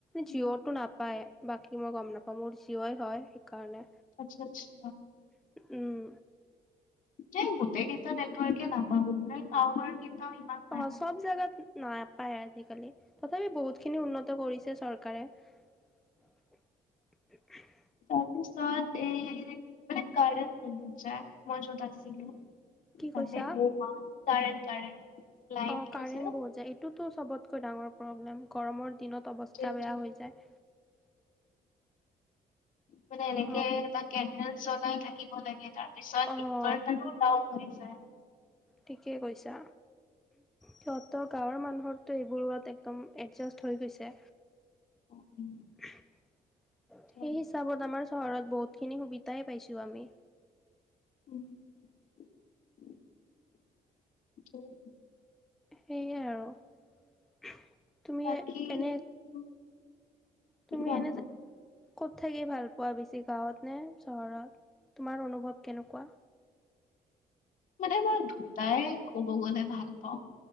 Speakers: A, in the centre; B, on the left (about 60°).
A: জিঅ'টো
B: উম,
A: নাপায় বাকী মই গম নাপাওঁ মোৰ জিঅ'ই হয় সেইকাৰণে
B: আচ্ছা আচ্ছা।
A: উম।
B: যে গোটেই কেইটা নেটৱৰ্কে নাপাব ন' টাৱাৰ কেইটা ইমান
A: অ', সব জাগাত নাপায় আজিকালি, তথাপি বহুত খিনি উন্নত কৰিছে চৰকাৰে। স <unintelligible>
B: তাৰপিছত এই মানে কাৰণ প য মই য দছিলিিল <unintelligible>
A: কি
B: তাকে
A: কৈছা?
B: টো কাৰেণ্ট কাৰেণ্ট লাইনটো
A: অ', কাৰেণ্ট
B: যে উম,
A: বহুত যায়, এইটোতো সবতকৈ ডাঙৰ প্ৰব্লেম গৰমৰ দিনত, অৱস্থা
B: সেইটোৱে
A: বেয়া
B: সেইটোৱে।
A: হৈ যায়।
B: মানে এনেকে
A: অ',
B: এটা কেণ্ডেল জলাই থাকিব লাগে, তাৰপিছত
A: অ',
B: ইনভাৰটাৰো হয়, ছাৰ।
A: ঠিকেই কৈছা, সিহঁতৰ গাঁৱৰ মানুহকটো এইবোৰত একদম এডজাষ্ট হৈ গৈছে,
B: উম,
A: সেই
B: তো
A: চাপত আমাৰ চহৰত বহুতখিনি সুবিধাই পাইছোঁ আমি।
B: উল <unintelligible>
A: সেইয়াই আৰু তুমি
B: বাকী
A: এনে
B: উম,
A: তুমি
B: কোৱা
A: এনে
B: কোৱা
A: যে ক'ত থাকি ভাল পোৱা বেছি গাঁৱত নে চহৰত, তোমাৰ অনুভৱ কেনেকুৱা?
B: মানে মই দুটাই ক'ব গ'লে ভাল পাওঁ,